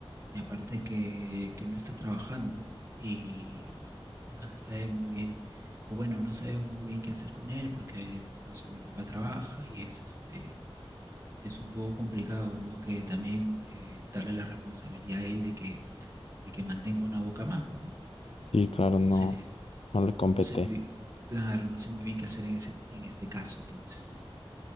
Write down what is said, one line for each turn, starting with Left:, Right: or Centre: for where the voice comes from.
Right: y aparte que, que no está trabajando y, y no se sabe muy bien, o bueno, no sabemos muy bien qué hacer con él porque, o sea, mi papá trabaja y es este, es un poco complicado, ¿no? Que también eh, darle la responsabilidad a él de que, de que mantenga una boca más, pues, ¿no?
Left: Y claro, no,
Right: Se-
Left: no le competé.
Right: no sé muy, claro, no sé muy bien qué hacer en ese, en este caso entonces.